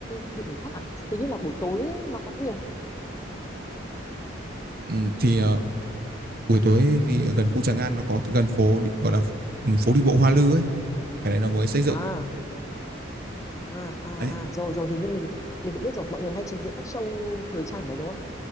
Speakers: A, on the left; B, on the right.
A: địa điểm khác à hình như là buổi tối nó có nhiều
B: ừ, thì ờ, buổi tối thì ở gần khu Tràng An nó có gần phố đi, gọi là ừ, phố đi bộ Hoa Lư ấy, cái này nó mới xây dựng.
A: à à à
B: Đấy.
A: à rồi rồi hình như mình mình cũng biết rồi mọi người hay trình diễn các show thời trang ở đấy đúng không